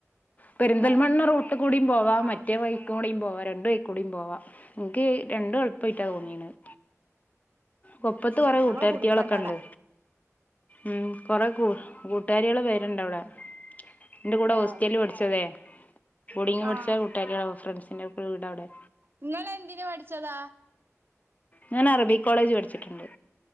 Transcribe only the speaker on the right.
ഏ
ആ
ആ
ഉം
ഞങ്ങളെ
കുടുംബണ്ട് അവിടെ
ഏ
ആഹ്
നിങ്ങളെയെന്തിന് പഠിച്ചതാ?